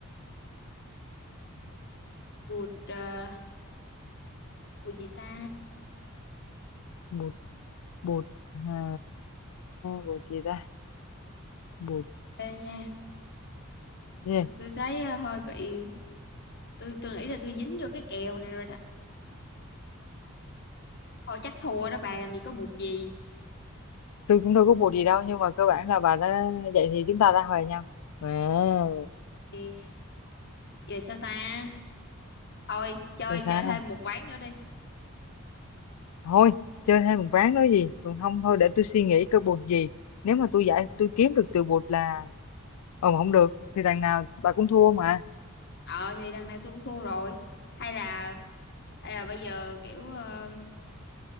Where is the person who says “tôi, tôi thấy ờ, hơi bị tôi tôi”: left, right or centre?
Left